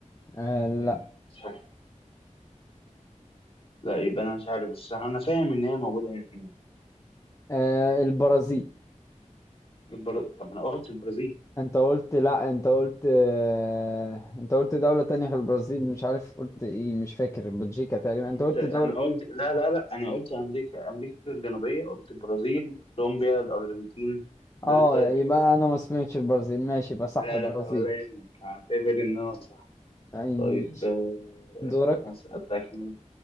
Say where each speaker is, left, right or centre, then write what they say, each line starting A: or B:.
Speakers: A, on the left; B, on the left.
A: آه، لا
B: آه، مش عارف لا يبقى انا مش عارف بس انا فاهم ان هي موجوده هنا
A: آه البرازيل
B: البر... طب انا قلت البرازيل
A: انت قلت لا انت قلت آه، انت قلت دولة تانية غير البرازيل مش عارف قلت ايه مش فاكر بلجيكا تقريبا
B: قلت
A: انت قلت
B: انا
A: دولة
B: قلت لا لا لا انا قلت امريكا امريكا الجنوبيه قلت البرازيل كولومبيا الارجنتين دول
A: اه
B: الثلاث
A: يبقى
B: اجابات اللي
A: انا
B: أنا
A: ما
B: بعرفها.
A: سمعتش البرازيل ماشي يبقى صح
B: لا
A: البرازيل
B: لا ولا يهمك هعتبر ان انا صح
A: يعني
B: طيب
A: ماشي
B: آه،
A: دورك
B: هسألك أنا